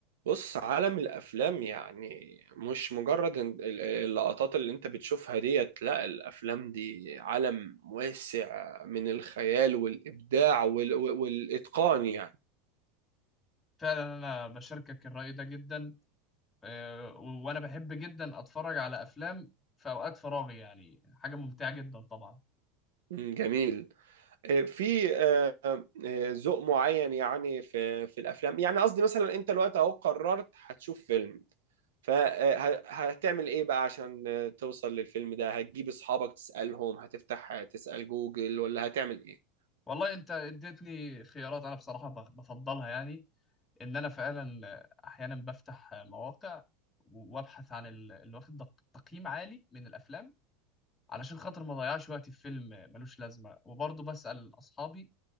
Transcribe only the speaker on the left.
فعلا انا بشاركك الرأي ده جدا آه، وانا بحب جدا اتفرج على افلام في اوقات فراغي يعني حاجة ممتعة جدا طبعا
والله انت اديتني خيارات انا بصراحة بخ- بفضلها يعني ان انا فعلا احيانا بفتح مواقع وابحث عن ال- اللي واخد دق- تقييم عالي من الافلام علشان خاطر ما اضيعش وقتي في فيلم ملوش لازمة وبرضه بسأل اصحابي